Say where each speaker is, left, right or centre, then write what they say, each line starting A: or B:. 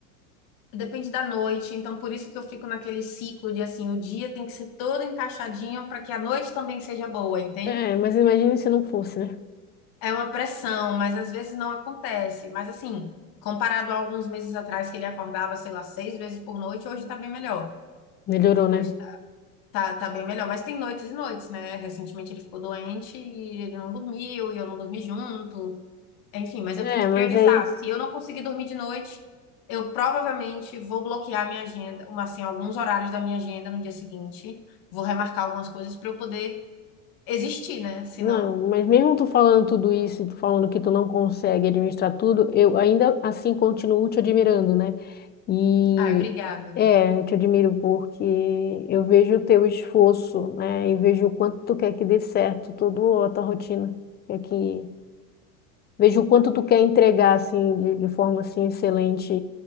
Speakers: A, on the left; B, on the left.
A: Depende da noite, então por isso que eu fico naquele ciclo de assim, o dia tem que ser todo encaixadinho para que a noite também seja boa, entende?
B: É, mas imagine se não fosse, né?
A: É uma pressão, mas às vezes não acontece. Mas assim, comparado a alguns meses atrás que ele acordava, sei lá, seis vezes por noite, hoje tá bem melhor.
B: Melhorou, né?
A: Hoje tá, tá, tá bem melhor, mas tem noites e noites, né? Recentemente ele ficou doente e ele não dormiu, e eu não dormi junto. Enfim, mas
B: É,
A: eu tento
B: mas
A: priorizar.
B: aí.
A: Se eu não conseguir dormir de noite, eu provavelmente vou bloquear minha agenda, uma, assim, alguns horários da minha agenda no dia seguinte. Vou remarcar algumas coisas para eu poder existir, né? Senão.
B: Não, mas mesmo tu falando tudo isso, tu falando que tu não consegue administrar tudo, eu ainda assim continuo te admirando, né? E
A: Ai, obrigada.
B: é, eu te admiro porque eu vejo o teu esforço, né? E vejo o quanto tu quer que dê certo toda a tua rotina. É que vejo o quanto tu quer entregar assim de, de forma assim excelente.